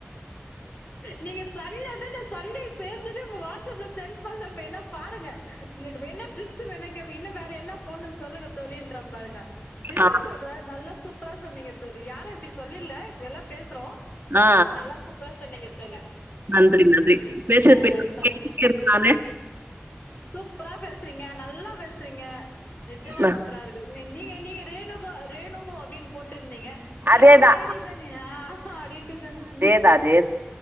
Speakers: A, on the left; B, on the right.
A: நீங்க சொன்னது நா சண்டே சேஞ்சிட்டு ஒங்க வாட்ஸ்சப்ல சென்ட் பண்றே வேணா பாருங்க உங்கட்ட வேணா டிப்ஸு வேணா கேப்பே இன்னு வேற என்ன போன்னு சொல்லுங்க தோழின்ற பாருங்க நிஜமா
B: ஆ
A: சொல்ற நல்லா சூப்பரா சொன்னீங்க தோழி யாரு இப்டி சொல்லுல எல்லா பேசுறோ
B: ஆ
A: நல்லா சூப்பரா சொன்னீங்க தோழி
B: நன்றி நன்றி
A: அ
B: <inaudible>
A: சந்தோஷம்.
B: நால
A: சூப்பரா பேசுறீங்க நல்லா பேசுறீங்க நெஜமா
B: நா
A: சூப்பரா இருக்குது நீங்க நீங்க ரேணுகா ரேணுகு அப்டின் போட்டிருந்தீங்க சே
B: அதேதா
A: இவுங்க லேடி தானே ஆ அப்டின்ட்டு தானு
B: இல்ல அதே